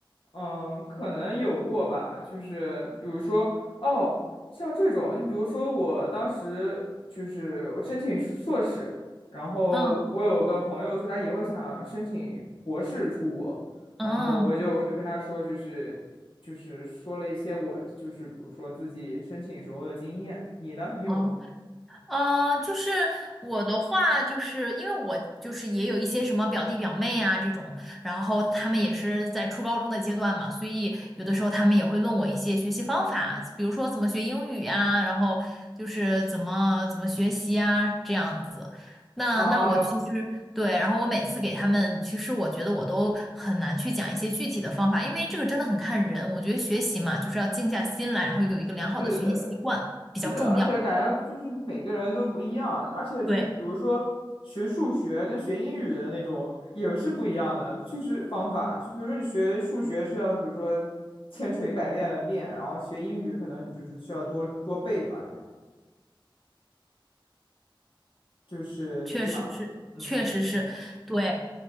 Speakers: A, on the left; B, in the centre.
A: 嗯，可能有过吧，就是比如说，哦，像这种，就比如说我当时就是我申请硕士，然后我有个朋友说他以后想申请博士出国，
B: 嗯嗯，
A: 然后我就我就跟他说，就是就是说了一些我就是比如说自己申请时候的经验，你呢？你有吗？
B: 哦呃，就是我的话，就是因为我就是也有一些什么表弟表妹啊这种，然后他们也是在初高中的阶段嘛，所以有的时候他们也会问我一些学习方法，比如说怎么学英语呀，然后就是怎么怎么学习啊这样子。那那我其实对，
A: 啊，
B: 然后我每次给他们，其实我觉得我都很难去讲一些具体的方法，因为这个真的很看人。我觉得学习嘛，就是要静下心来，然后有一个良好的学习习惯比较重要。
A: 是的，是的，而且感觉就是你每个人都不一样，而且就是比如说学数学跟学英语的那种也是不一样的，
B: 对。
A: 就是方法。就比如说你学数学是要，比如说千锤百炼的练，然后学英语可能你就是需要多多背吧，那样就是这样子。
B: 确实是，
A: 嗯嗯，
B: 确实是，对，